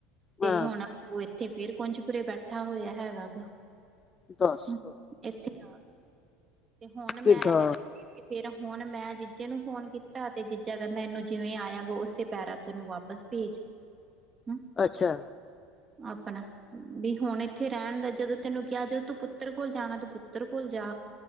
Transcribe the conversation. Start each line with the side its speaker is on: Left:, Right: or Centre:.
Right: ਤੇ
Left: ਹਾਂ
Right: ਹੁਣ ਉਹ ਇੱਥੇ ਫੇਰ ਕੁੰਜਪੁਰੇ ਬੈਠਾ ਹੋਇਆ ਹੈਗਾ ਗਾ।
Left: ਦੱਸ।
Right: ਹਮ ਇੱਥੇ ਆ ਕੇ, ਤੇ ਹੁਣ
Left: ਕਿੱਡਾ
Right: ਮੈਂ ਗ ਤੇ ਫੇਰ ਹੁਣ ਮੈਂ ਜੀਜੇ ਨੂੰ ਫੋਨ ਕੀਤਾ। ਤੇ ਜੀਜਾ ਕਹਿੰਦਾ ਇਹਨੂੰ ਜਿਵੇਂ ਆਇਆ ਗ ਉਸੇ ਪੈਰਾਾਂ ਤ ਇਹਨੂੰ ਵਾਪਸ ਭੇਜ। ਹਮ।
Left: ਅੱਛਾ।
Right: ਆਪਣਾ ਵੀ ਹੁਣ ਇੱਥੇ ਰਹਿਣ ਦਾ ਜਦੋਂ ਤੈਨੂੰ ਕਿਹਾ ਜਦੋਂ ਤੂੰ ਪੁੱਤਰ ਕੋਲ ਜਾਣਾ, ਤੂੰ ਪੁੱਤਰ ਕੋਲ ਜਾ।